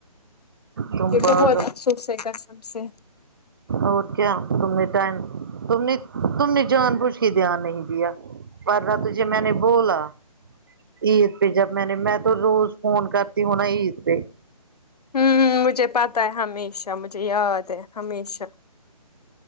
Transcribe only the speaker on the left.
کہ
بہت افسوس ہے قسم سے
ہمم ہمم مجھے پتہ ہے ہمیشہ مجھے یاد ہے ہمیشہ